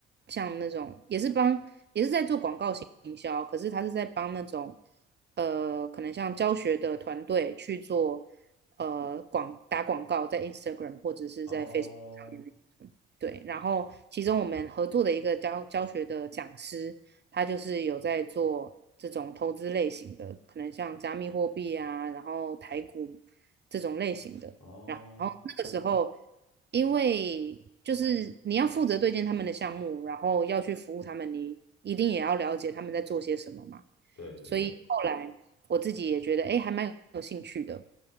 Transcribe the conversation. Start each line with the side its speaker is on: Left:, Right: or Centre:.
Right: 像那种也是帮也是在做广告营销，可是他是在帮那种呃可能像教学的团队去做呃广打广告在 Instagram 或者是在
Left: 哦
Right: Facebook。上面。对，然后其中我们合作的一个教教学的讲师，他就是有在做这种投资类型的，可能像加密货币啊，然后台股这种类型的。
Left: 哦，
Right: 然后之后，因为就是你要负责对接他们的项目，然后要去服务他们，你一定也要了解他们在做些什么嘛。
Left: 对对对，
Right: 所以后来我自己也觉得，哎，还蛮有兴趣的。